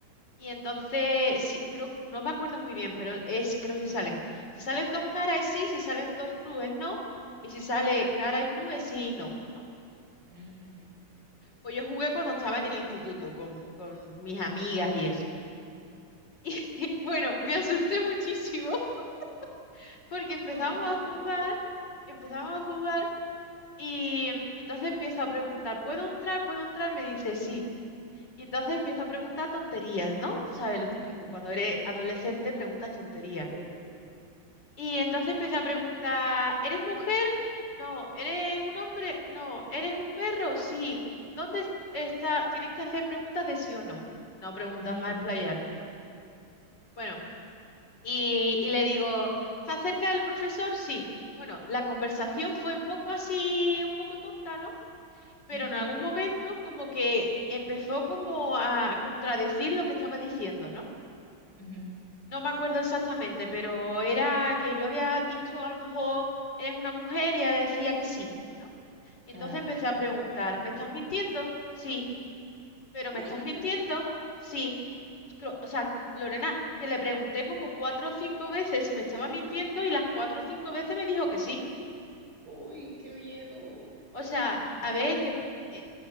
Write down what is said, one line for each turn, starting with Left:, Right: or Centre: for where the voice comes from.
Left: Y entonces, sí, creo que, no me acuerdo muy bien, pero es, creo que si salen. Si salen dos caras es sí, si salen dos cruz es no, y si sale cara y cruz es sí y no, ¿no?
Right: Mm, ujú,
Left: Pues yo jugué cuando estaba en el instituto con, con mis amigas y eso. <laughs> Y bueno, me asusté muchísimo <laughs> porque empezamos
Right: Ay, qué
Left: a
Right: miedo.
Left: jugar, empezamos a jugar y, y entonces empiezo a preguntar, ¿puedo entrar? ¿Puedo entrar? Me dice sí. Y entonces empiezo a preguntar tonterías, ¿no? Tú sabes lo típico,
Right: ujú.
Left: cuando eres adolescente preguntas tonterías.
Right: Sí, obvio.
Left: Y entonces empieza a preguntar, ¿eres mujer? No, ¿eres un hombre? No, ¿eres un perro? Sí. ¿Dónde es- está? Tienen que hacer preguntas de sí o no. No preguntas
Right: Ujú,
Left: más explayarte, ¿no? Bueno, y, y le digo, ¿estás cerca del profesor? Sí. Bueno, la conversación fue un poco así, un poco tonta, ¿no? Pero
Right: ujú,
Left: en algún momento como que empezó como a contradecir lo que estaba diciendo, ¿no?
Right: ujú.
Left: No me acuerdo exactamente, pero era que yo había dicho a lo mejor eres una mujer y ella decía que sí, ¿no? Y
Right: Ajá.
Left: entonces empecé a preguntar, ¿me estás mintiendo? Sí, pero
Right: <laughs>
Left: ¿me estás mintiendo? Sí. Cro- O sea, Lorena, que le pregunté como cuatro o cinco veces si me estaba mintiendo y las cuatro o cinco veces me dijo que sí.
Right: Uy, qué miedo.
Left: O sea, a ver, que, eh,